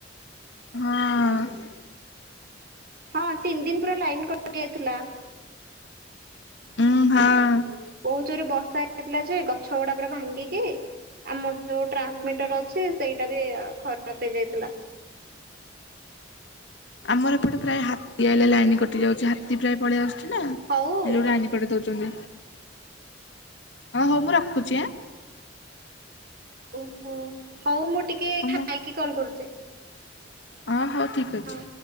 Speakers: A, on the left; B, on the right.
A: ହଁ
B: ହଁ ତିନି ଦିନ ପୁରା ଲାଇନ କଟି ଯାଇଥିଲା।
A: ଉୁଁ ହଁ।
B: କୋଉ ଜୋରେ ବର୍ଷା ହେଇଥିଲା ଯେ ଗଛ ଗୁଡା ପା ଭାଙ୍ଗିକି ଆମର ଯୋଉ ଟ୍ରାନ୍ସମିଟର ଅଛି ସେଇଟା ବି ଖରାପ ହେଇଯାଇଥିଲା।
A: ଆମର ଏପଟେ ପ୍ରାୟ ହାତୀ ଆଇଲେ ଲାଇନ କଟି ଯାଉଛି ହାତୀ ପ୍ରାୟ ପଳେଇ ଆସୁଛି ନା
B: ହଉ
A: ଗୋଟ ଲ ଉ ହଉ ହଉ ମୁଁ ରଖୁଛି ଆ
B: ଓହୋ ହଉ ମୁଁ ଟିକେ
A: ହଁ
B: ଖାଇକି କଲ କରୁଛି।
A: ଅ ହଉ ଠିକ୍ ଅଛି।
B: ହଉ।